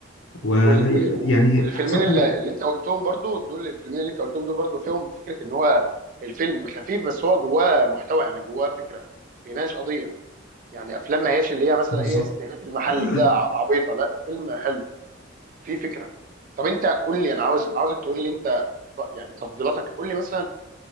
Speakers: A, on the left; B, on the right.
A: ويعني
B: وال وال والفيلمين
A: احسن حاجه
B: اللي, اللي انت قلتهم برضو دول الفيلمين اللي انت قلتهم دول برضو فيهم فكره ان هو الفيلم خفيف بس هو جواه محتوى يعني جواه فكره بيناقش قضيه يعني افلام ما هياش اللي هي مثلا
A: بالظبط
B: ايه استهلاك المحل
A: <clears throat>
B: كده ع- عبيطه لا فيلم حلو فيه فكره طب انت قول لي انا عاوز عاوزك تقول لي انت ط- يعني تفضيلاتك قول لي مثلا